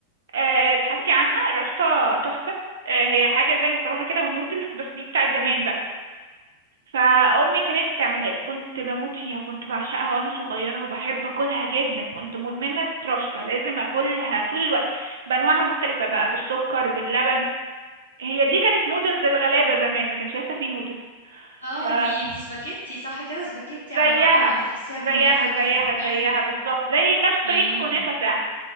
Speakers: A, on the right; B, on the right.
A: آه، ابحثي عنها رشطة تحفة آه، هي حاجة زي المكرونة كده والنودلز بس دي بتاعت زمان بقى فأمي كانت بتعملها لي كنت بموت فيها كنت بعشقها وأنا صغيرة وبحب أكلها جدا كنت مدمنة رشطة لازم أكلها طول الوقت بأنواعها المختلفة بقى بالسكر باللبن هي دي كانت نودلز الغلابة زمان ما كانش لسه في نودلز
B: اه
A: ف <laughs>
B: دي دي سباكيتي صح كده سباكيتي على
A: زيها
B: بعضها ولا تحسيها
A: زيها
B: كنافة
A: زيها
B: كده ايوه
A: زيها بالظبط زي نفس
B: امم
A: طريقة الكنافة فعلا